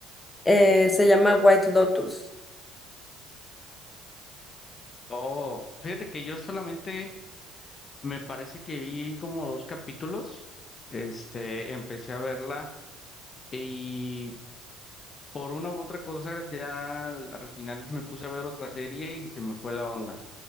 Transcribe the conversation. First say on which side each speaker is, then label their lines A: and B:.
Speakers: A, on the left; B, on the left.
A: eh, se llama White Lotus.
B: Oh, fíjate que yo solamente me parece que vi como dos capítulos. Este, empecé a verla y por una u otra cosa ya al al final me puse a ver otra serie y se me fue la onda.